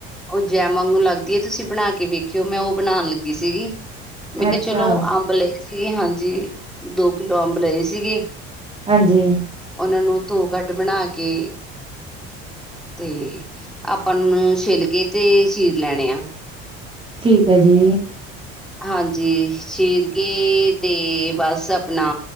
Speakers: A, in the centre; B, on the right.
A: ਉਹ ਜੈ ਮਾਂਗੂ ਲੱਗਦੀ ਐ, ਤੁਸੀਂ ਬਣਾ ਕੇ ਵੇਖਿਓ ਮੈਂ ਉਹ ਬਣਾਉਣ ਲੱਗੀ ਸੀਗੀ। ਮੈਂ ਕਿਹਾ
B: ਅੱਛਾ
A: ਚਲੋ ਅੰਬ ਲਏ ਸੀਗੇ। ਹਾਂਜੀ, ਦੋ ਕਿਲੋ ਅੰਬ ਲਏ ਸੀਗੇ।
B: ਹਾਂਜੀ।
A: ਉਹਨਾਂ ਨੂੰ ਧੋ ਕੱਟ ਬਣਾ ਕੇ ਤੇ ਆਪਾਂ ਉਹਨਾ ਨੂੰ ਛਿੱਲ ਕੇ ਤੇ ਚੀਰ ਲੈਣੇ ਆ।
B: ਠੀਕ ਹੈ ਜੀ।
A: ਹਾਂਜੀ, ਚੀਰ ਕੇ ਤੇ ਬਸ ਆਪਣਾ